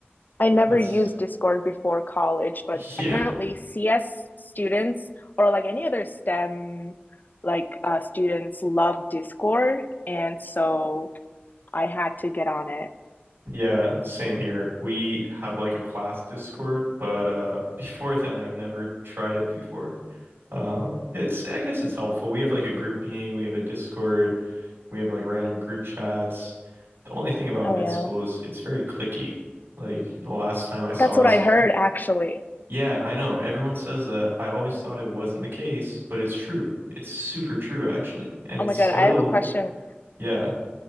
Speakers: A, on the left; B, on the right.
A: I never
B: That's
A: used Discord before college, but
B: <laughs> yeah.
A: apparently CS students or like any other STEM like uh, students love Discord, and so I had to get on it.
B: Yeah, same here. We have like a class Discord, but uh <laughs> before then I've never tried it before. Uh, it's I guess it's helpful. We have like a group meeting, we have a Discord, we have like random group chats. The only thing about
A: Oh
B: med
A: yeah,
B: school is it's very clicky. Like the last time I saw
A: that's what
B: this,
A: I
B: co-
A: heard actually.
B: yeah, I know everyone says that. I always thought it wasn't the case, but it's true. It's super true actually, and
A: Oh
B: it's
A: my God,
B: a
A: I
B: little
A: have a question.
B: yeah.